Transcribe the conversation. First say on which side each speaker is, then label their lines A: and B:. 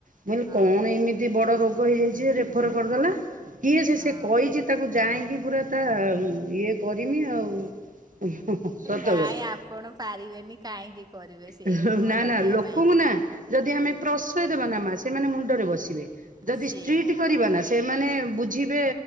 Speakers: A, on the right; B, on the right.
A: ମୁଁ
B: ହଁ
A: କହିଲି କଣ ଏମିତି ଯେ ବଡ ରୋଗ ହେଇଯାଇଛି ଯେ ରେଫର କରିଦେଲା। କିଏ ସେ
B: ହଁ
A: ସିଏ କହିଛି ତା ତାକୁ ଯାଇଁକି ପୁରା ତା ଇଏ କରିମି ଆଉ, ହୁଁ ହୁଁ ସତକଥା।
B: ନାଇଁ ଆପଣ ପାରିବେନି କାହିଁକି କରିବେ ସିଏ
A: ନା
B: ମୁହଁ ଲଗେଇବା
A: ନା ଲୋକଙ୍କୁ
B: ପାଇଁ
A: ନା ଯଦି ଆମେ ପ୍ରସୟ ଦେବାନା ମା ସେମାନେ ମୁଣ୍ଡରେ ବସିବେ
B: ଆଉ
A: ଯଦି
B: ସିଏ
A: ଷ୍ଟ୍ରିଟ୍ କରିବା ନା ସେମାନେ ବୁଝିବେ